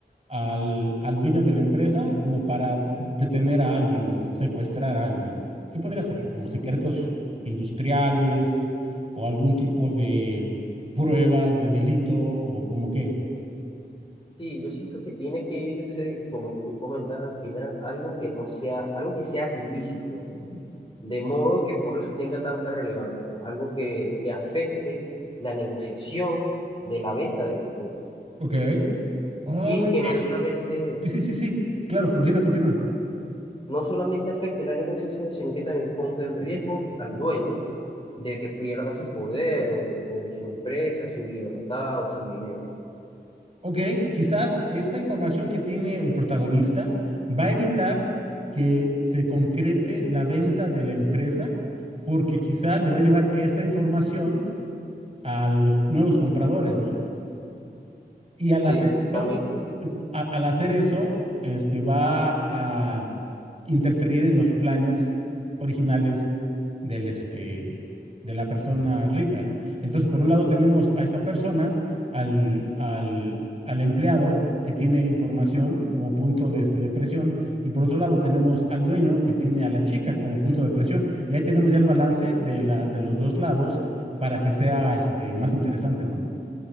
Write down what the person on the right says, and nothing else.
al, al dueño de la empresa como para detener a alguien o secuestrar a alguien? ¿Qué podría ser? ¿Como secretos industriales o algún tipo de prueba de delito o como qué?
Ok. Oh,
buena
idea.
Sí, sí, sí, sí. Claro, continúa, continúa.
Ok, quizás esta información que tiene el protagonista va a evitar que se concrete la venta de la empresa, porque quizás le va a llevar esta información a los nuevos compradores, ¿no? Y al
hacer eso,
a- al hacer eso, este va a interferir en los planes originales del este de la persona rica, ¿no? Entonces, por un lado tenemos a esta persona, al, al, al empleado que tiene información como punto de, este, de presión, y por otro lado tenemos al dueño que tiene a la chica como punto de presión. Y ahí tenemos ya el balance de la, de los dos lados para que sea este, más interesante, ¿no?